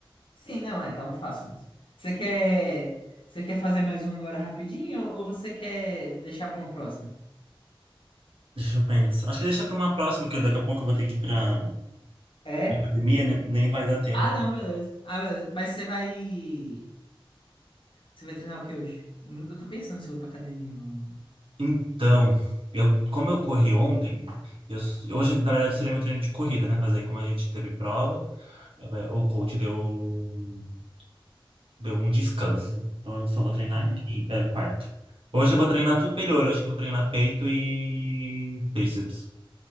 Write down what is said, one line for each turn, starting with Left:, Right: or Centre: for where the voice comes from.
Left: Sim, não, é, tava fácil mesmo. Você quer, você quer fazer mais um agora rapidinho ou você quer deixar para um próximo?
Right: Deixa eu pensar. Acho que deixa pra uma próxima, que eu daqui a pouco eu vou ter que ir pra
Left: É?
Right: academia, né? nem vai dar tempo.
Left: Ah, não, beleza. Ah, beleza. Mas você vai. Você vai treinar o que hoje? Eu tô pensando se eu vou pra academia ou não ainda.
Right: Então, eu, como eu corri ontem, eu, hoje na verdade seria meu treino de corrida, né? Mas aí como a gente teve prova, eh, o coach deu, um- deu um descanso. Então eu só vou treinar
Left: Uhum,
Right: quin- eh, quarto. Hoje eu vou treinar superior, eu acho que eu vou treinar peito e tríceps.